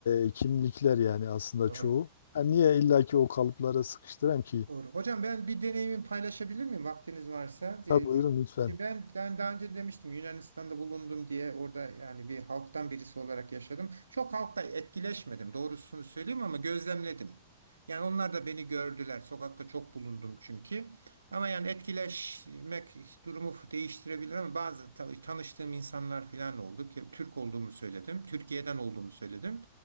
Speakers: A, on the left; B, on the right.
A: e, kimlikler yani aslında
B: Doğru.
A: çoğu. Yani niye illaki o kalıplara sıkıştırayım ki?
B: Doğru. Hocam ben bir deneyimi paylaşabilir miyim vaktiniz varsa?
A: Tabii
B: Ee,
A: buyurun lütfen.
B: ki ben, ben daha önce demiştim Yunanistan'da bulundum diye orada yani bir halktan birisi olarak yaşadım. Çok halkla etkileşmedim doğrusunu söyleyeyim ama gözlemledim. Yani onlar da beni gördüler. Sokakta çok bulundum çünkü. Ama yani etkileşmek durumu değiştirebilir ama bazı ta- tanıştığım insanlar falan oldu. ki Türk olduğumu söyledim. Türkiye'den olduğumu söyledim.